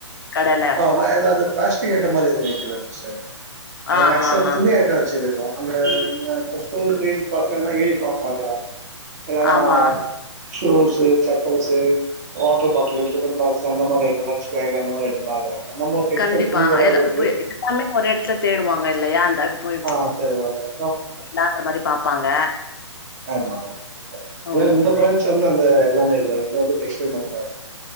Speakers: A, on the left (about 50°); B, on the right (about 35°).
A: கடைல
B: ஆ எதாவது பிளாஸ்டிக் ஐட்ட மாதிரி எதுவு வைக்கல சிஸ்டர்
A: ஆ
B: மேக்சிமம்
A: ஹா ஹா
B: துணி ஐட்ட வச்சிர்றது இப்ப அந்த ஸ்கூல் நீட் பசங்கனா யூனிஃபார்ம் பாக்குறாங்க இல்லனா
A: ஆமா
B: shoes chappals water bottle tiffin box அந்த மாரி ஐட்டம்லா லஞ்ச் பேக் அந்த மாரி பாக்குறாங்க நம்ம டெக்ஸ்டைல்
A: கண்டிப்பா
B: துணி கட
A: எல்லா
B: இருக்கு
A: இப்ப எல்லாமே ஒரு இடத்துல தேடுவாங்க இல்லையா அந்த இப்ப
B: ஆ தேடுவாங்க எல்லாமே
A: இல்லாதமாரி பாப்பாங்க
B: ஆமா ஆமா சிஸ்டர்
A: ம்
B: இந்த பிரான்ச் வந்து அந்த எல்லாமே இல்ல இங்க வந்து டெக்ஸ்டைல் மட்டுதா இருக்கு